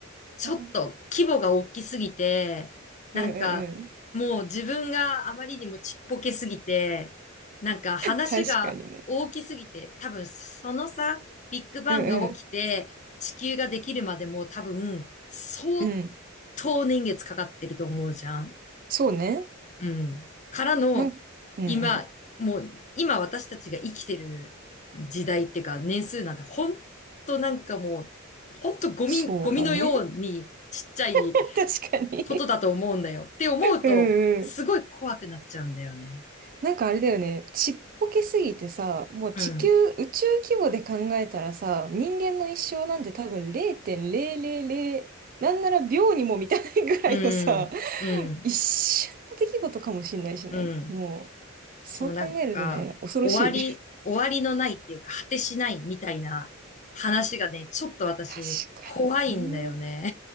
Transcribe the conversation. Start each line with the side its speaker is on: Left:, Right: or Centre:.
Left: ちょっと規模が大きすぎて、
Right: ー、
Left: なんかもう自分があまりにもちっぽけすぎて、
Right: うんうんうん。
Left: なんか話が大きすぎて、
Right: 確かにね。
Left: 多分そのさ、ビッグバンが起きて地球ができるまでも多分相
Right: うんうん。うん。
Left: 当年月かかってると思うじゃん。
Right: そうね。
Left: うん。からの
Right: なん、うんうん。
Left: 今、もう今私たちが生きてる時代っていうか年数なんて本当なんかもう、ほんとゴミ、
Right: そうだね。
Left: ゴミのようにちっちゃい
Right: <laughs> 確かに
Left: ことだと思うんだよ。って思うと、
Right: うんうん。
Left: すごい怖くなっちゃうんだよね。
Right: なんかあれだよね。ちっぽけすぎてさ、もう地球、
Left: うん。
Right: 宇宙規模で考えたらさ、人間の一生なんて多分0.000、なんなら秒にも満たないぐらいのさ、
Left: うん。うん。
Right: 一瞬の出来事かもしんないしね。
Left: うん。
Right: もう、
Left: そう、
Right: そう考えるとね、
Left: なんか、
Right: 恐ろしい。
Left: 終わり、終わりのないっていうか、果てしないみたいな話がね、ちょっと私、
Right: <laughs> 確かにね。
Left: 怖いんだよね。